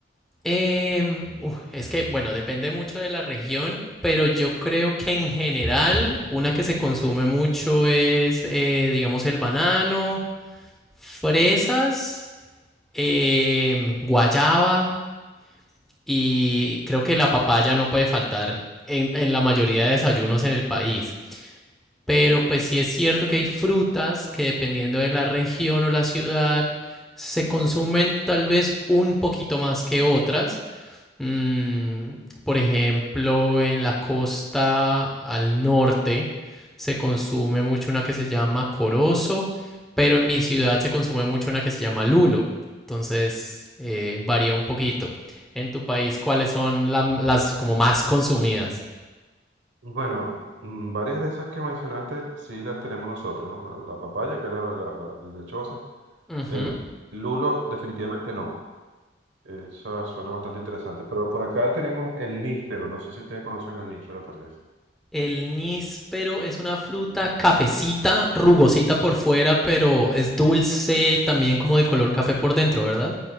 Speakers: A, in the centre; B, on the right.
A: Em, uf, es que, bueno, depende mucho de la región, pero yo creo que en general una que se consume mucho es, eh, digamos, el banano, fresas eh, guayaba y creo que la papaya no puede faltar en, en la mayoría de desayunos en el país. Pero pues sí es cierto que hay frutas que dependiendo de la región o la ciudad se consumen tal vez un poquito más que otras Mm, por ejemplo, en la costa al norte se consume mucho una que se llama corozo, pero en mi ciudad se consume mucho una que se llama lulo. Entonces, eh, varía un poquito. En tu país, ¿cuáles son la- las como más consumidas?
B: Bueno, mm, varias de esas que mencionaste sí las tenemos nosotros, ¿no? La papaya, que es la, la- la- la lechosa.
A: Ujú.
B: El lulo, definitivamente no. Esa suena bastante interesante. Pero por acá tenemos el níspero. No sé si ustedes conocen el níspero también.
A: El níspero es una fruta cafecita, rugosita por fuera, pero es dulce, también como de color café por dentro, ¿verdad?